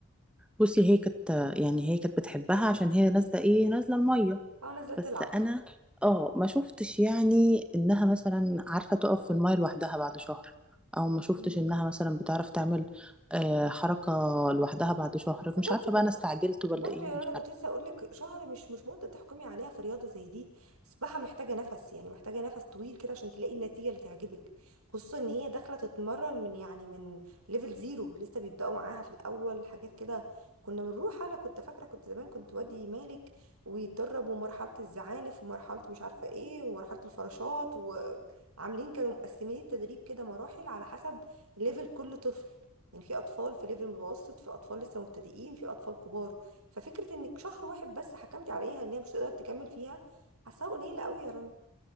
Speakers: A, in the centre; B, on the right.
A: بصي هي كانت يعني هي كانت بتحبها عشان هي نازله ايه نازله الميه
B: اه نازله تلعب
A: بس انا اه ما شفتش يعني انها مثلا عارفه تقف في الميه لوحدها بعد شهر او ما شفتش
B: مم.
A: انها مثلا بتعرف تعمل آه حركه لوحدها بعد شهر
B: بس
A: مش
B: برضه
A: عارفه بقى
B: يعني
A: انا استعجلت ولا
B: برضه
A: ايه
B: يا
A: مش
B: رنا كنت
A: عارفه
B: لسه اقول لك شهر مش مش مده تحكمي عليها في رياضه زي دي السباحه محتاجه نفس يعني محتاجه نفس طويل كده عشان تلاقي النتيجه اللي تعجبك خصوصا ان هي داخله تتمرن من يعني من ليفل زيرو لسه بيبداوا معاها في الاول حاجات كده كنا بنروح انا كنت فاكره كنت زمان كنت وادي مالك ويتدرب ومرحله الزعانف ومرحله مش عارفه ايه ومرحله الفراشات وعاملين كانوا مقسمين التدريب كده مراحل على حسب ليفل كل طفل يعني في اطفال في ليفل متوسط في اطفال لسه مبتدئين في اطفال كبار ففكرة انك شهر واحد بس حكمتي عليها ان هي مش هتقدر تكمل فيها حاساها قليلة قوي يا رنا